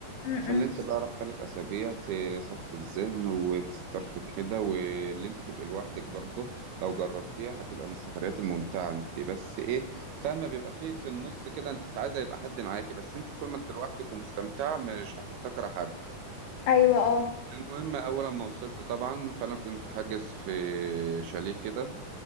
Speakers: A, on the left; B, on the right.
A: مم.
B: فاللي
A: مم.
B: انت بقى راح ثلاث اسابيع تصفي الذهن وتسترخي كده واللي انت تبقى لوحدك برضه لو جربتيها هتبقى من السفريات الممتعه انت بس ايه فاهمه بيبقى فيه في النص كده انت عايزه يبقى حد معاكي بس انت طول ما انت لوحدك ومستمتعه مش هتفتكر حد
A: ايوه اه
B: المهم اول ما وصلت طبعا فانا كنت حاجز في شاليه كده